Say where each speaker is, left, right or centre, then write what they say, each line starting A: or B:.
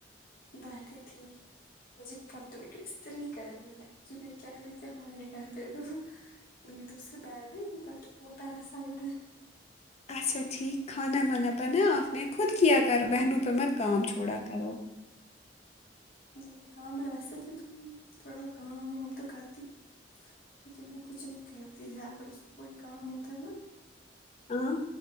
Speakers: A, on the left; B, on the left.
A: بیٹھی تھی مجھے تو کپڑو کو استری کرنی ہے کہوں کہ کیا ہمارے گھر پہ میری دوسری بہن ہے بٹ وہ پیراسائٹ ہے
B: اچھا ٹھیک کھانا وانا بنا آ اپ نے خود کیا کر بہنو پہ مت کام چھوڑا کرو
A: نہیں ہاں میں ویسا بھی تھوڑا کام وام تو کرتی تھی لیکن وہ کچھ نہیں کہتی ہے اگر اس کو کوئی کام ہوتا ہے نا
B: ہمم